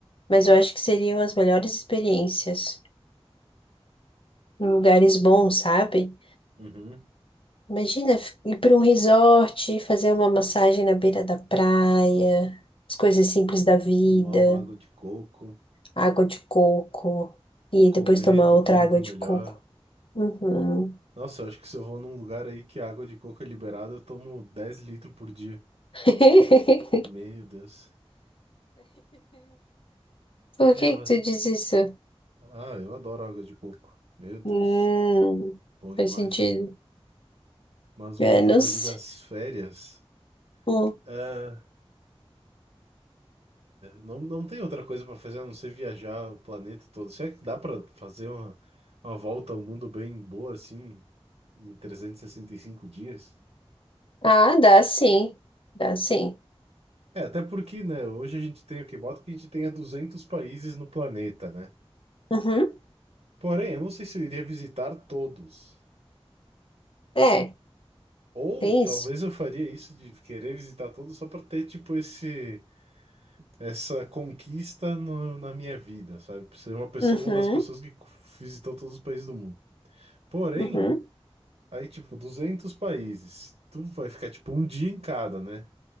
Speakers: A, on the left; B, on the right.
A: Mas eu acho que seriam as melhores experiências, em lugares bons, sabe?
B: Uhum.
A: Imagina f- ir para um resort, fazer uma massagem na beira da praia, as coisas simples da vida,
B: Tomar uma água de coco,
A: água de coco, e
B: comer
A: depois tomar
B: do
A: outra
B: bom
A: água
B: e do melhor.
A: de coco. Uhum.
B: Nossa, eu acho que se eu vou num lugar aí que a água de coco é liberada, eu tomo 10 litros por dia.
A: <laughs>
B: Meu Deus.
A: Por
B: É,
A: que
B: mas...
A: que tu diz isso?
B: Ah, eu adoro água de coco. Meu Deus,
A: Hum,
B: bom
A: faz
B: demais.
A: sentido.
B: Mas voltando
A: Menos
B: ali das férias.
A: um.
B: ah, Não, não tem outra coisa pra fazer a não ser viajar o planeta todo. Será que dá pra fazer uma, uma volta ao mundo bem boa assim, em trezentos e e sessenta e cinco dias?
A: Ah, dá sim. Dá sim.
B: É, até porque, né, hoje a gente tem o que bota que a gente tenha 200 países no planeta, né?
A: Uhum.
B: Porém, eu não sei se eu iria visitar todos.
A: É,
B: Ou
A: tem
B: talvez
A: isso.
B: eu faria isso de querer visitar todos só pra ter, tipo, esse, essa conquista no- na minha vida, sabe? Ser uma pessoa,
A: Uhum.
B: uma das pessoas que visitou todos os países do mundo. Porém.
A: Uhum.
B: Aí, tipo, 200 países. Tu vai ficar, tipo, um dia em cada, né?